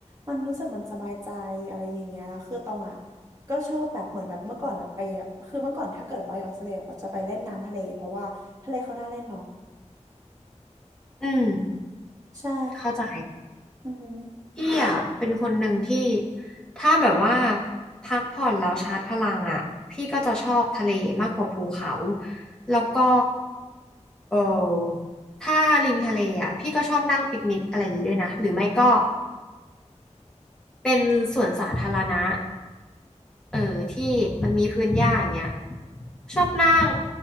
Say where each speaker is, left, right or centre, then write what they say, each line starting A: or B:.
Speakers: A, on the right; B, in the centre.
A: มันรู้สึกมันสบายใจอะไรอย่างเงี้ยแล้วคือตองอะก็ชอบแบบเหมือนแบบเมื่อก่อนอะไปแบบคือเมื่อก่อนถ้าเกิดว่าอยู่ออสเตรเลียแบบจะไปเล่นน้ำทะเลเพราะว่าทะเลเขาน่าเล่นเนาะ
B: อืม
A: ใช่
B: เข้าใจ
A: อือหือ
B: พี่อ่ะเป็นคนหนึ่งที่ถ้าแบบว่าพักผ่อนแล้วชาร์จพลังอ่ะพี่ก็จะชอบทะเลมากกว่าภูเขาแล้วก็เออถ้าริมทะเลอ่ะพี่ก็ชอบนั่งปิกนิกอะไรอย่างนี้ด้วยนะหรือไม่ก็เป็นสวนสาธารณะเออที่มันมีพื้นหญ้าอย่างเงี้ยชอบนั่ง